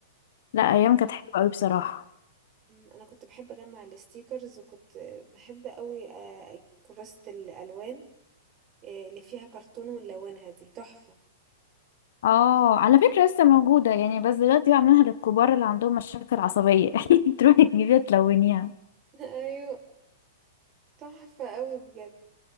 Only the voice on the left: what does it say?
لا ايام كانت حلوه قوي بصراحه
اه على فكره لسه موجوده يعني بس دلوقتي بعملها للكبار اللي عندهم مشاكل عصبيه <laughs> تروحي تجيبيها تلونيها